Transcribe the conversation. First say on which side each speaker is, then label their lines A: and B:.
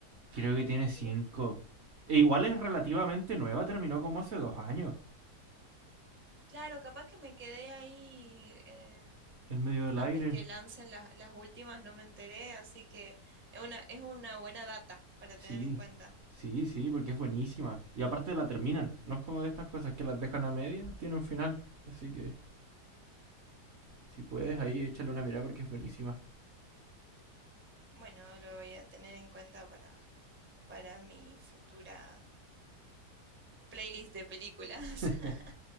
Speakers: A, on the right; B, on the right.
A: Creo
B: Ah,
A: que tiene cinco.
B: mira.
A: E igual es relativamente
B: Ah,
A: nueva, terminó como hace dos años.
B: claro, capaz que me quedé ahí eh,
A: En medio del
B: antes
A: aire.
B: que lancen las, las últimas, no me enteré, así que es una, es una buena data para
A: Sí,
B: tener en cuenta.
A: sí, sí, porque es buenísima. Y aparte la terminan. No es como de estas cosas que las dejan a media, tiene un final. Así que... Si puedes, ahí échale una mirada porque es buenísima.
B: Bueno, lo voy a tener en cuenta para, para mi futura playlist de películas.
A: <laughs>
B: <laughs>